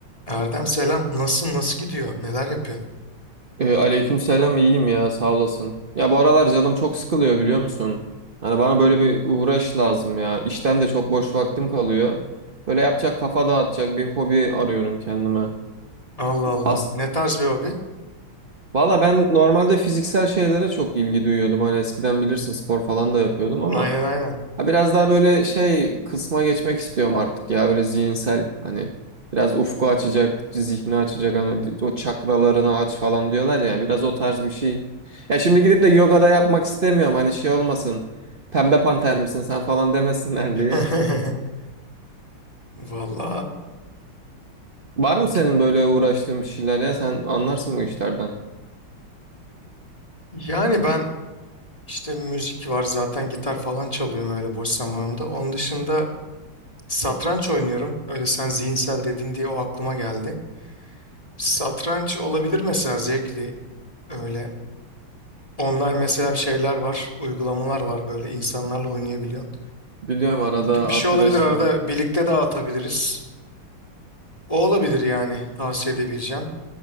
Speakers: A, on the left; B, on the right.
A: Erdem selam. Nasılsın? Nasıl gidiyor? Neler yapıyorsun?
B: E, aleykümselam iyiyim ya sağ olasın. Ya bu aralar canım çok sıkılıyor biliyor musun? Hani bana böyle bir uğraş lazım ya. İşten de çok boş vaktim kalıyor. Böyle yapacak kafa dağıtacak bir hobi arıyorum kendime.
A: Allah Allah.
B: As
A: Ne tarz bir hobi?
B: Valla ben normalde fiziksel şeylere çok ilgi duyuyordum. Hani eskiden bilirsin spor falan da yapıyordum ama
A: Aynen aynen.
B: Ha, Biraz daha böyle şey kısma geçmek istiyorum artık ya böyle zihinsel hani biraz ufku açacak, zihni açacak hani o çakralarını aç falan diyorlar ya biraz o tarz bir şey. Ya şimdi gidip de yoga da yapmak istemiyorum hani şey olmasın pembe panter misin sen falan demesinler
A: <laughs>
B: <laughs> diye.
A: Valla
B: Var
A: o
B: mı
A: tip.
B: senin böyle uğraştığın bir şeyler ya sen anlarsın bu işlerden.
A: Yani ben işte müzik var zaten gitar falan çalıyorum öyle boş zamanımda. Onun dışında satranç oynuyorum. Öyle sen zihinsel dedin diye o aklıma geldi. Satranç olabilir mesela zevkli. Öyle online mesela şeyler var, uygulamalar var böyle insanlarla oynayabiliyorsun.
B: Biliyorum arada
A: O tip bir
B: arkadaşlar
A: şey olabilir arada birlikte de atabiliriz. O olabilir yani tavsiye edebileceğim.